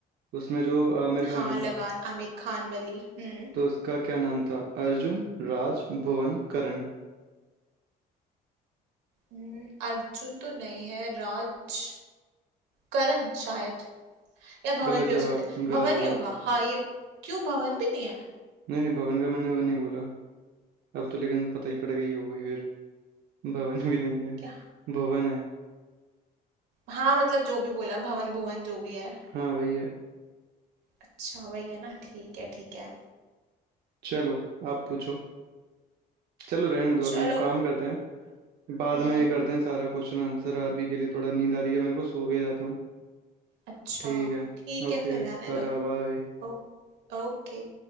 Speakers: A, on the right; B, on the right.
A: उसमें जो आमिर खान
B: हाँ
A: है
B: लगान आमिर खान वाली हम्म
A: तो उसका क्या नाम था अर्जुन राज भुवन करण
B: हम्म, अर्जुन तो नहीं है राज करण शायद या भवन
A: गलत
B: भी
A: जवाब
B: हो सकता है
A: गलत
B: भवन
A: जवाब
B: ही होगा हाँ ये क्यों भवन भी नहीं है
A: नहीं नहीं भवन का मैंने नहीं बोला अब तो लेकिन पता ही पड़ गई हो गई फिर भवन भी नहीं है
B: क्या
A: भवन है
B: हाँ मतलब जो भी बोला भवन भुवन जो भी है
A: हाँ वही है
B: अच्छा वही है ना ठीक है ठीक है
A: चलो आप पूछो चलो रहने दो
B: चलो
A: अभी काम करते हैं बाद
B: हम्म
A: में ये करते हैं सारा क्वेश्चन आंसर अभी के लिए थोड़ा नींद आ रही है मेरे को सो के जाता हूँ
B: अच्छा
A: ठीक है
B: ठीक
A: ओके
B: है फिर रहने
A: टाटा
B: दो
A: बाय
B: ओ, ओके